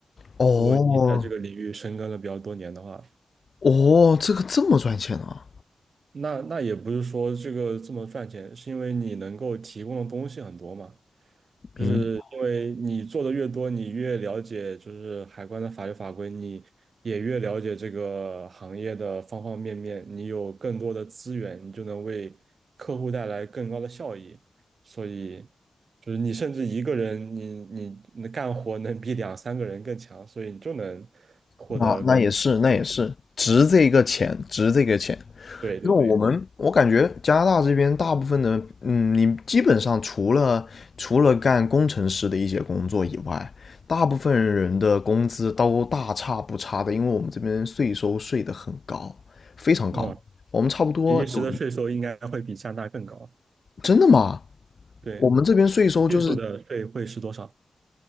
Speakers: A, on the left (about 40°); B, on the right (about 55°).
A: 哦
B: 如果你在这个领域深耕了比较多年的话，
A: 哦，这个这么赚钱啊！
B: 那那也不是说这个这么赚钱，是因为你能够提供的东西很多嘛。就是因为你做的越多，
A: 明白，
B: 你越了解就是海关的法律法规，你也越了解这个行业的方方面面，你有更多的资源，你就能为客户带来更高的效益。所以，就是你甚至一个人，你你你干活能比两三个人更强，所以你就能获得更。
A: 那那也是那也是值这个钱，
B: 高
A: 值这个钱。
B: 对对对，
A: 因为我们，我感觉加拿大这边大部分的，嗯，你基本上除了除了干工程师的一些工作以外，大部分人的工资都大差不差的，因为我们这边税收税的很高，非常高。
B: 嗯，
A: 我们差不多有，
B: 比利时的税收应该会比加拿大更高。
A: 真的吗？
B: 对，
A: 我们这边税收就是
B: 基础的税会是多少？